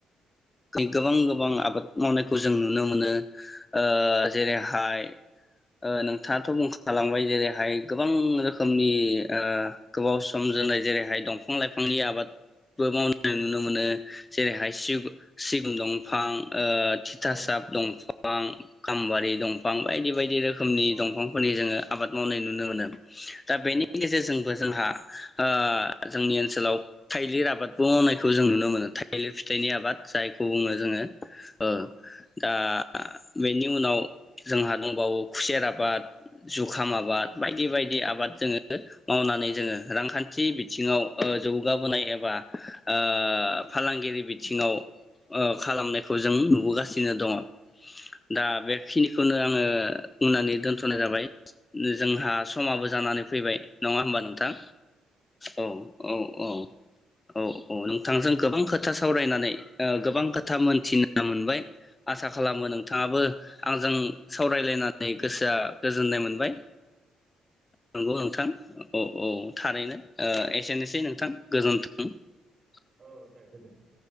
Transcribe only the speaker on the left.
गोबां गोबां आबाद मावनायखौ जों नुनो मो मोन ओ जेरैहाय ओ नोंथाङाथ' बुंखालांबाय जेरैहाय ग गोबां रोखोमनि ओ गोबाव सम जोरनाय जेरैहाय दंफां लाइफांनि आबादबो मावनाय जों नुनो मोनो। जेरैहाय सिगु सि न दंफां, ओ तितासाब
दं फां, गामबारि दंफां बायदि बायदि रोखोमनि
दंफांफोरनि
जोङो आबाद मावनाय नुनो मोनो। दा बेनि
गेजेरजों बो जोंहा ओ जोंनि ओनसोलाव थाइलिर आबादबो मावनायखौ जों नुनो मोनो। थाइलिर फि थाइनि आबाद जायखौ बुङो जोङो। ओ दा बेनि उनाव जोंहा दंबावो खुसेर आबाद, जुखाम आबाद बायदि बायदि आबाद जोङो मावनानै जोङो रांखान्थि बिथिङाव ओ जौगाबोनाय एबा ओ फालांगिरि बि थिङाव ओ खालामनायखौ जों नुबोगासिनो दङ'। दा बेखिनिखौनो आङो बुंनानै दोनथ'नाय जाबाय। जोंहा समाबो जानानै फैबाय। नङा होमबा नोंथां? औ औ औ औ। औ नोंथांजों गोबां खोथा सा सावरायनानै ओ गोबां खोथा मोन्थिनो मोनबाय। आसा खालामो नोंथाङाबो आंजों सावरायलायनानै गोसोआ गोजोननाय मोनबाय। नंगौ नोंथां औ औ थारैनो ओ एसेनोसै नोंथां गोजोन्थो औ।